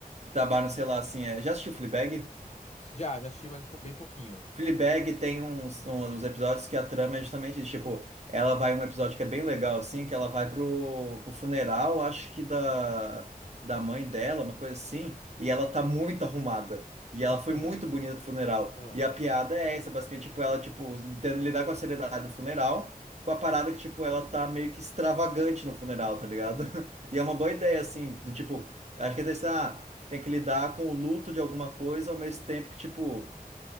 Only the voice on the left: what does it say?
Já, já assisti mais um pou- bem pouquinho.
Ah,
<laughs>
ah.